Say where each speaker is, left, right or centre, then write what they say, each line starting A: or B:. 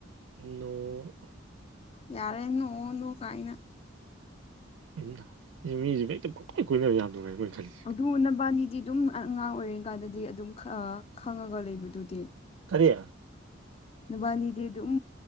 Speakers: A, on the right (about 80°); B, on the left (about 30°).
A: ꯅꯣ ꯇ <unintelligible>
B: ꯌꯥꯔꯦ ꯅꯣꯛꯑꯥꯅꯨ ꯀꯥꯏꯅ
A: ꯎꯝ ꯁꯤ ꯃꯤꯁꯨ ꯍꯛꯇ ꯄꯪꯀꯣꯏꯏ ꯀꯣꯏꯅꯕ ꯌꯥꯗ꯭ꯔꯉꯥꯏꯅ ꯃꯣꯏꯅ ꯈꯜꯂꯤ
B: ꯑꯗꯨꯕꯥꯅꯤꯗꯤ ꯑꯗꯨꯝ ꯑꯉꯥꯡ ꯑꯣꯏꯔꯤ ꯀꯥꯟꯗꯗꯤ ꯑꯗꯨꯝ ꯈꯪꯉꯒ ꯂꯩꯕꯗꯨꯗꯤ
A: ꯀꯔꯤ
B: ꯅꯨꯕꯥꯅꯤꯗꯤ ꯑꯗꯨꯝ